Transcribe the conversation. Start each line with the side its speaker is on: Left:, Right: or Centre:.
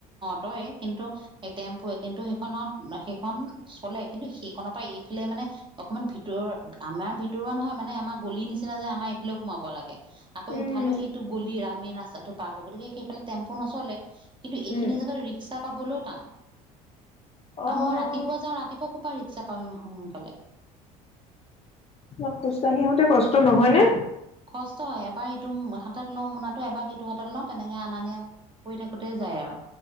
Right: তয় কিন্তু এই টেম্পুে কিন্তু সেইখনত সেইখন চলে কিন্তু সেইখনৰ পৰা এইফালে মানে অকমান ভিতৰুৱা আমাৰ ভিতৰুৱা নহয় মানে আমাৰ গলিৰ নিচিনা যে আমাৰ এইফালেও সোমাব লাগে। আকৌ
Left: উম
Right: ইফালেও সিটো গলি ৰা মেইন ৰাস্তাটো পাৰ হয় গতিকে সেইফালে টেম্পু নচলে। কিন্তু এইখিনি
Left: উম
Right: জেগাত ৰিক্সা পাবলৈ টান।
Left: অ'
Right: আৰু মই ৰাতিপুৱা যাওঁ ৰাতিপুৱা প পৰা ৰিক্সা পাম সোনকালে
Left: তোমা খোজ কাঢ়ি আহোঁতে কষ্ট নহয়নে?
Right: কষ্ট হয় এবাৰ ইটো হাতত লওঁ মোনাটো এবাৰ সিটো হাতত লওঁ তেনেকে আনা নিয়া কৰি থাকোতে যায় আৰু।